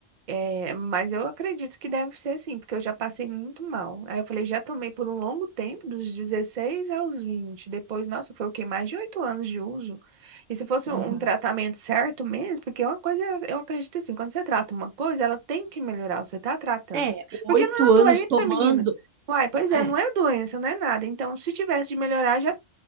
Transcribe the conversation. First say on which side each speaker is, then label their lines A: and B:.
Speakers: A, on the right; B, on the right.
A: é, mas eu acredito que deve ser assim, porque eu já passei muito mal. Aí eu falei, já tomei por um longo tempo, dos dezesseis aos vinte Depois, nossa, foi o quê? Mais de 8 anos de uso. E se fosse
B: Uhum.
A: um tratamento certo mesmo, porque é uma coisa, eu acredito assim, quando você trata uma coisa, ela tem que melhorar, você tá tratando.
B: É,
A: Porque
B: oito
A: não é uma
B: anos
A: doença,
B: tomando.
A: menina. Uai, pois é,
B: É.
A: não é doença, não é nada. Então, se tivesse de melhorar, já,